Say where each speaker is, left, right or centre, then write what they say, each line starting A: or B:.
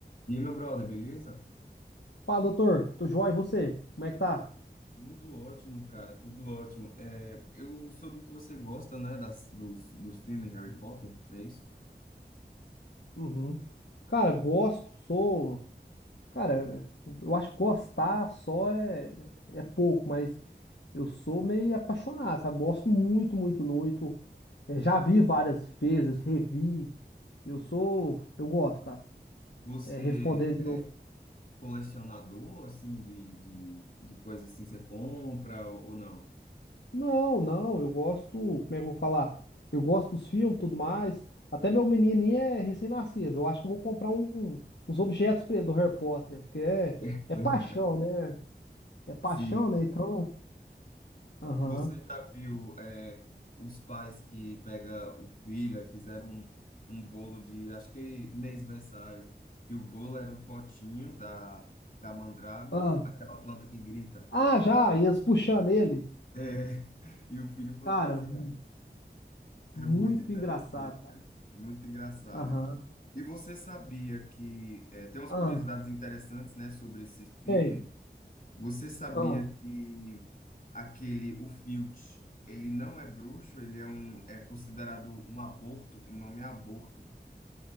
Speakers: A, on the left; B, on the left.
A: E aí, meu brother, beleza?
B: Fala, doutor. Tô joia, e você? Como é que tá?
A: Tudo ótimo, cara, tudo ótimo. É, eu soube que você gosta, né, das, do, dos filmes Harry Potter, não é isso?
B: Uhum. Cara, gosto, sou. Cara, eu acho que gostar só é, é pouco, mas eu sou meio apaixonado, sabe? Gosto muito, muito, muito. Eh, já vi várias vezes, revi. Eu sou. Eu gosto, cara.
A: Você
B: É, respondendo de
A: é
B: novo.
A: colecionador, assim, de, de, de coisas assim, você compra ou, ou não?
B: Não, não, eu gosto, como é que eu vou falar? Eu gosto dos filmes, tudo mais. Até meu menininho é recém-nascido. Eu acho que eu vou comprar um- uns objetos pra ele do Harry Potter, porque é,
A: <laughs>
B: é paixão, né? É paixão,
A: Sim.
B: né? Então, aham.
A: Você já viu, é, os pais que pega o filho e fizeram um, um bolo de, acho que mêsversário, que o bolo era o potinho da, da mandrágora,
B: Ah,
A: aquela planta que grita.
B: ah, já, e eles puxando ele.
A: É, e o filho fantasiado.
B: Cara, mu-
A: É
B: muito
A: muito interessante,
B: engraçado, cara.
A: cara. Muito engraçado.
B: Aham.
A: E você sabia que. é, tem umas
B: Ah,
A: curiosidades interessantes, né, sobre esse filme.
B: ei.
A: Você sabia
B: Ah,
A: que aquele, o Filch, ele não é bruxo, ele é um, é considerado um aborto, o nome é aborto.